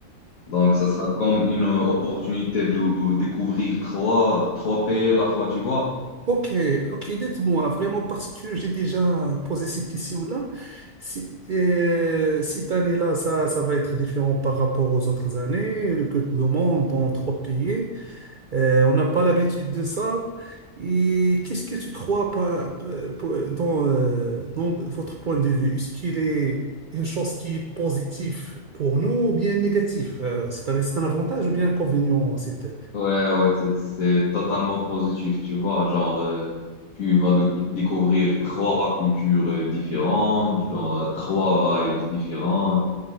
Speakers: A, on the left; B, on the right.
A: donc, ça sera comme une opportunité de découvrir trois, trois pays à la fois, tu vois.
B: Ok, ok, dites-moi vraiment parce que j'ai déjà posé cette question-là. Si, euh, cette année-là, ça, ça va être différent par rapport aux autres années. Le Coupe du Monde dans trois pays. Euh, on n'a pas l'habitude de ça. Et qu'est-ce que tu crois par- pour- dans, euh, dans votre point de vue? Est-ce qu'il est une chose qui est positive pour nous ou bien négative? Euh, c'est un, c'est un avantage ou bien un inconvénient? cette-
A: Ouais, ouais, c'est, c'est totalement positif, tu vois. Genre, euh, tu vas de- découvrir trois cultures euh, différentes, genre, euh, trois vibes différentes.